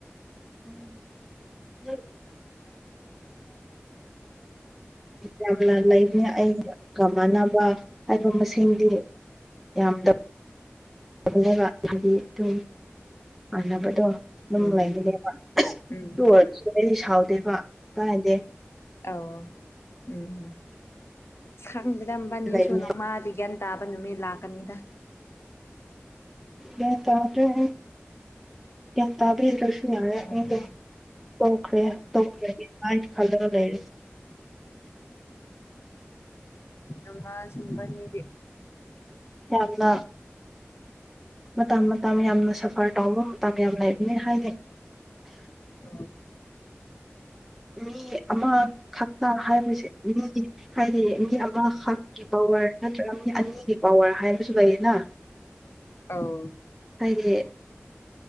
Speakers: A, in the centre; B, on the left.
A: <unintelligible> ꯌꯥꯝꯅ ꯂꯩꯕꯅꯦ ꯑꯩꯒꯥ ꯃꯥꯟꯅꯕ ꯍꯥꯏꯕ ꯃꯁꯤꯡꯗꯤ ꯌꯥꯝꯗꯕ ꯑꯗꯨꯒ ꯍꯥꯏꯗꯤ ꯑꯗꯨꯝ ꯃꯥꯟꯅꯕꯗꯣ ꯑꯗꯨꯝ
B: ꯎꯝ
A: ꯂꯩꯕꯅꯦꯕ꯫
B: ꯎꯝ
A: ꯇꯨ ꯑꯣꯏꯔꯁꯨ ꯑꯩꯗꯤ ꯁꯥꯎꯗꯦꯕ ꯀꯥꯏꯅꯗꯦ꯫
B: ꯑꯧ ꯎꯝ ꯎꯝ ꯈꯪꯗꯦꯗ ꯃꯣꯢꯕꯅꯤꯁꯨ
A: ꯂꯩꯕꯅꯦ
B: ꯅꯣꯡꯃꯥꯗꯤ ꯒ꯭ꯌꯥꯟ ꯇꯥꯕ ꯅꯨꯃꯤꯠ ꯂꯥꯛꯀꯅꯤꯗ꯫
A: ꯒꯌ꯭ꯥꯟ ꯇꯥꯗꯔꯦ ꯑꯩ ꯒꯌ꯭ꯥꯟ ꯇꯥꯗ꯭ꯔꯦ ꯌꯔꯦ ꯑꯩꯗꯣ
B: ꯅꯣꯡꯃ
A: ꯇꯣꯛꯈ꯭ꯔꯦ ꯇꯣꯛꯈ꯭ꯔꯦꯗꯤ ꯍꯥꯏ ꯈꯜꯂꯒ ꯂꯩꯔꯦ꯫
B: <inaudible> ꯅꯣꯡꯃ ꯁꯝꯕꯅꯤꯗꯦꯛ
A: ꯀꯅ ꯃꯇꯝ ꯃꯇꯝ ꯌꯥꯝꯅ ꯁꯐꯔ ꯇꯧꯕ ꯃꯇꯝ ꯌꯥꯝ ꯂꯩꯕꯅꯤ ꯍꯥꯏꯗꯤ
B: ꯑ
A: ꯃꯤ ꯑꯃꯈꯛꯇ ꯍꯥꯏꯕꯁꯦ ꯃꯤ ꯍꯥꯏꯗꯤ ꯃꯤ ꯑꯃꯈꯛꯀꯤ ꯄꯋꯥꯔ ꯅꯠꯇ꯭ꯔꯒ ꯃꯤ ꯑꯅꯤꯒꯤ ꯄꯋꯔ ꯍꯥꯏꯕꯁꯨ ꯂꯩꯌꯦꯅ꯫
B: ꯑꯥꯎ
A: ꯍꯥꯏꯗꯤ